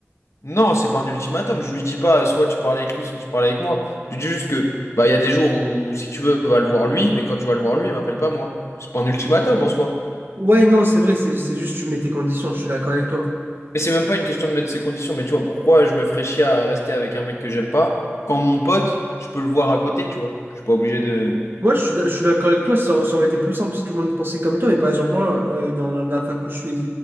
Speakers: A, on the left (about 70°); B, on the right (about 45°).
A: Non, c'est pas un ultimatum. Je lui dis pas euh, soit tu parles avec lui, soit tu parles avec moi. Je lui dis juste que bah, il y a des jours où, si tu veux, va le voir lui, mais quand tu vas le voir lui, il m'appelle pas moi. C'est pas un ultimatum en soi.
B: Ouais, non, c'est vrai, c'est c'est juste tu mets tes conditions, je suis d'accord avec toi.
A: Et c'est même pas une question de mettre ses conditions, mais tu vois, pourquoi je me ferais chier à rester avec un mec que j'aime pas quand mon pote, je peux le voir à côté, tu vois. Je suis pas obligé de.
B: Moi, je suis d'a- je suis d'accord avec toi, ça, ça aurait été plus simple si tout le monde pensait comme toi, mais par exemple, moi, euh, dans la, dans la fac où je suis ex-